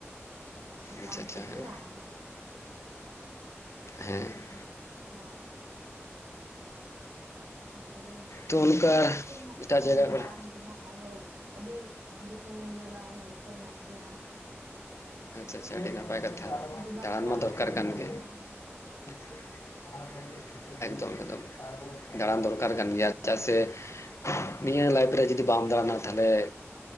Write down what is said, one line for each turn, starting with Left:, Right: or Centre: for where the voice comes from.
Right: ᱚᱱᱟ ᱥᱟᱠᱟᱢ
Left: ᱟᱪᱪᱷᱟ ᱟᱪᱪᱷᱟ
Right: ᱛᱮᱜᱮ
Left: ᱦᱮᱸ
Right: ᱵᱟᱝ?
Left: ᱦᱮᱸ ᱾
Right: ᱦᱳᱭ ᱾ ᱟᱨ ᱛᱚᱵᱮ
Left: ᱛᱚ ᱚᱱᱠᱟ
Right: ᱟᱨᱦᱚᱸ ᱤᱪᱪᱷᱟᱹ ᱦᱮᱱᱟᱜ ᱛᱤᱧᱟᱹ
Left: ᱮᱴᱟᱜ ᱡᱟᱭᱜᱟ
Right: ᱤᱧ ᱫᱚ
Left: ᱠᱚᱨᱮ
Right: ᱫᱟᱬᱟᱱ ᱨᱮᱭᱟᱜ ᱟᱨᱦᱚᱸ ᱾ ᱟᱹᱰᱤ ᱫᱤᱥᱚᱢᱤᱧ ᱧᱮᱞᱟ ᱩᱱᱟᱹᱜ ᱤᱪᱪᱷᱟᱹ ᱦᱮ ᱛᱤᱧᱟᱹ ᱾
Left: ᱟᱪᱪᱷᱟ ᱟᱪᱪᱷᱟ ᱟᱹᱰᱤ ᱱᱟᱯᱟᱭ ᱠᱟᱛᱷᱟ
Right: ᱫᱩᱵᱟᱭ
Left: ᱫᱟᱬᱟᱱ
Right: ᱪᱟᱞᱟᱜ
Left: ᱢᱟ
Right: ᱨᱮᱱᱟᱜ
Left: ᱫᱚᱨᱠᱟᱨ
Right: ᱤᱪᱪᱷᱟᱹ ᱦᱮᱱᱟᱜ
Left: ᱠᱟᱱ ᱜᱮ
Right: ᱛᱤᱧᱟᱹ
Left: ᱾ ᱮᱠᱫᱚᱢ ᱮᱠᱫᱚᱢ ᱫᱟᱬᱟᱱ ᱫᱚᱨᱠᱟᱨ
Right: ᱦᱮᱸ
Left: ᱠᱟᱱ ᱜᱮᱭᱟ ᱾ ᱪᱮᱫᱟᱜ ᱥᱮ ᱱᱤᱭᱟᱹ ᱞᱟᱭᱤᱯᱷ ᱨᱮ ᱡᱩᱫᱤ ᱵᱟᱢ ᱫᱟᱲᱟᱱᱟ ᱛᱟᱦᱚᱞᱮ